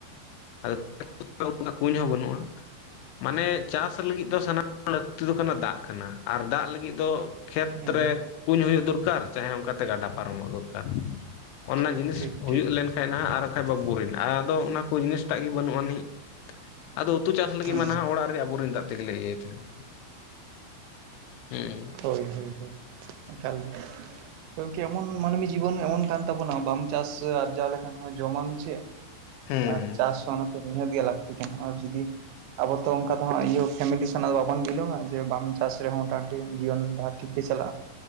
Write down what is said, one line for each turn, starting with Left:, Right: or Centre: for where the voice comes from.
Left: ᱟᱫᱚ, <unintelligible> ᱠᱩᱧ ᱦᱚᱸ ᱵᱟᱹᱱᱩᱜ-ᱟ। ᱢᱟᱱᱮ ᱪᱟᱥ ᱞᱟᱹᱜᱤᱫ ᱫᱚ ᱥᱟᱱᱟᱢ ᱟᱜ ᱞᱟᱹᱠᱛᱤ ᱫᱚ ᱠᱟᱱᱟ ᱫᱟᱜ ᱠᱟᱱᱟ। ᱟᱨ ᱫᱟᱜ ᱞᱟᱹᱜᱤᱫ ᱫᱚ ᱠᱷᱮᱛ
Right: ᱦᱩᱸ
Left: ᱨᱮ
Right: ᱦᱩᱸ
Left: ᱠᱩᱸᱧ ᱦᱳᱭᱳᱜ ᱫᱚᱨᱠᱟᱨ। ᱪᱟᱦᱮᱸ ᱚᱱᱠᱟ ᱛᱮ ᱜᱟᱰᱟ ᱯᱟᱨᱚᱢᱚᱜ ᱫᱚᱨᱠᱟᱨ। ᱚᱱᱟ
Right: ᱴᱷᱤᱠ
Left: ᱡᱤᱱᱤᱥ
Right: ᱴᱷᱤᱠ
Left: ᱦᱩᱭᱩᱜ
Right: ᱴᱷᱤᱠ
Left: ᱞᱮᱱᱠᱷᱟᱡ ᱱᱟᱦᱟᱜ, ᱟᱨ ᱵᱟᱠᱷᱟᱡ ᱵᱟ ᱵᱩᱨᱤᱱ। ᱟᱫᱚ ᱚᱱᱟ ᱠᱚ ᱡᱤᱱᱤᱥ ᱴᱟᱜ ᱜᱮ ᱵᱟᱹᱱᱩᱜ ᱟᱱᱤᱡ। ᱟᱫᱚ ᱩᱛᱩ ᱪᱟᱥ ᱞᱟᱹᱜᱤᱫ
Right: ᱦᱩᱸ
Left: ᱢᱟ ᱱᱟᱦᱟᱜ ᱚᱲᱟᱜ ᱨᱮᱭᱟᱜ ᱵᱚᱨᱤᱱ ᱫᱟᱜ ᱛᱮᱜᱮᱞᱮ ᱤᱭᱟᱹᱭ ᱛᱟᱦᱮᱸᱱ। ᱦᱮᱸ।
Right: ᱦᱳᱭ, ᱦᱳᱭ, ᱦᱳᱭ ᱮᱠᱟᱞ᱾ ᱠᱤ ᱮᱢᱚᱱ ᱢᱟᱱᱢᱤ ᱡᱤᱵᱚᱱ ᱮᱢᱚᱱ ᱠᱟᱱ ᱛᱟᱵᱚᱱᱟ ᱵᱟᱢ ᱪᱟᱥ ᱟᱨᱡᱟᱣ ᱞᱮᱠᱷᱟᱱ ᱦᱚᱸ ᱡᱚᱢᱟᱢ ᱪᱮᱫ?
Left: ᱦᱩᱸ
Right: ᱟᱨ ᱪᱟᱥ ᱦᱚᱸ ᱚᱱᱟᱛᱮ ᱱᱤᱦᱟᱹᱛ ᱜᱮ ᱞᱟᱹᱠᱛᱤ ᱠᱟᱱᱟ ᱟᱨ ᱡᱩᱫᱤ ᱟᱵᱚ ᱛᱚ ᱚᱱᱠᱟ ᱛᱚ ᱦᱟᱹᱜ ᱤᱭᱟᱹ ᱯᱷᱮᱢᱮᱞᱤ ᱠᱷᱚᱱᱟ ᱫᱚ ᱵᱟᱵᱚᱱ ᱵᱤᱞᱚᱝᱟ ᱡᱮ ᱵᱟᱢ ᱪᱟᱥ ᱨᱮ ᱦᱚᱸ ᱢᱚᱴᱟ ᱢᱩᱴᱤ ᱡᱤᱭᱚᱱ ᱰᱟᱦᱟᱨ ᱴᱷᱤᱠ ᱜᱮ ᱪᱟᱞᱟᱜ-ᱟ᱾